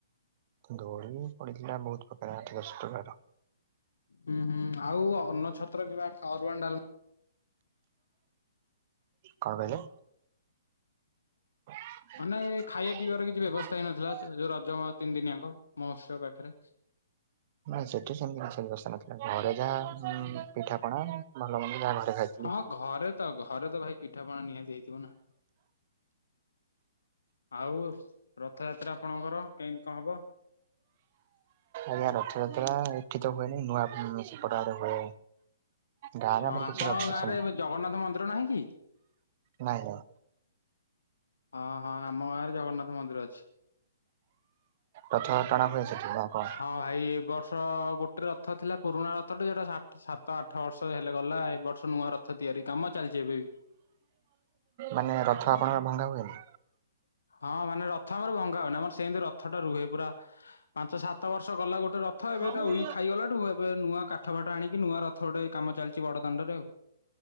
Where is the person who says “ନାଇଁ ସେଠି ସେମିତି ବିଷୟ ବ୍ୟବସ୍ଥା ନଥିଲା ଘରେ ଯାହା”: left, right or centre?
Right